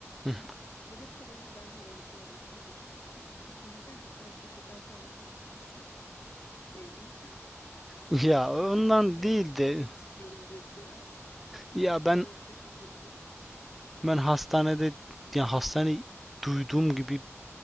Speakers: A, in the centre; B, on the left (about 70°).
A: <laughs>
B: daha nöbet olayı bence yorucu oluyor gece çalışmak. Ha, şimdi diyeceksin ki sanki çok erken yatan insansın. Değilim.
A: Ya ondan
B: <laughs> Yine de
A: değil
B: evimde
A: de
B: olmak istiyorum gece yani.
A: ya
B: Hastane
A: ben
B: köşelerinde.
A: Ben hastanede yani hastane duyduğum gibi